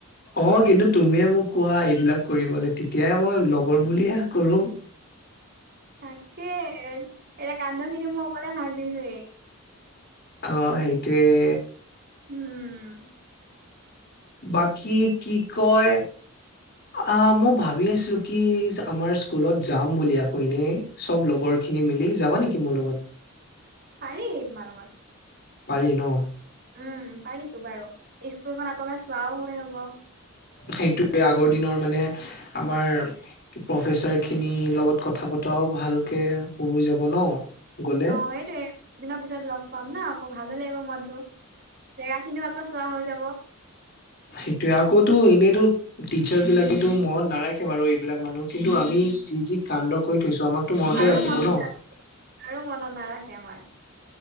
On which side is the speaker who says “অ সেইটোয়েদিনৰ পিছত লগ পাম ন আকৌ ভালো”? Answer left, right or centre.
Right